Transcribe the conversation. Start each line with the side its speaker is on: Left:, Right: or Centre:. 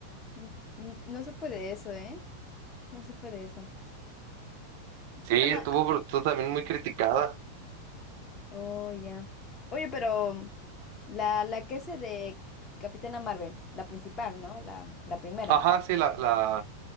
Left: N- n- no supe de eso, ¿eh? No supe de eso.
Right: Sí,
Left: Bueno,
Right: estuvo,
Left: a-
Right: br- estuvo también muy criticada.
Left: oh, ya. Oye, pero la, la que hace de Capitana Marvel, la principal, ¿no? La, la primera.
Right: Ajá, sí, la, la,